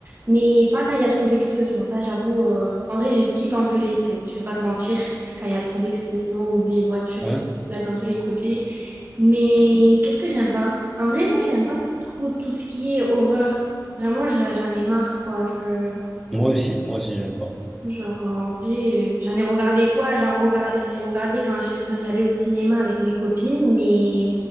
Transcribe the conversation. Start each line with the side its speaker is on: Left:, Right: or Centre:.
Right: mais pas quand il y a trop d'explosions. Ça, j'avoue, euh, en vrai, je skip un peu les scènes, je vais pas te mentir, quand il y a trop d'explosions ou des voitures
Centre: Hein
Right: qui là dans tous les côtés. Mais qu'est-ce que j'aime pas? En vrai, moi, j'aime pas trop tout ce qui est horreur. Vraiment, j'a- j'en ai marre, quoi. Je...
Centre: Moi aussi, moi aussi, j'aime pas.
Right: Genre, euh, en vrai, euh, j'en ai regardé quoi? J'en regard... J'ai regardé quand j'ai- quand j'allais au cinéma avec mes copines, mais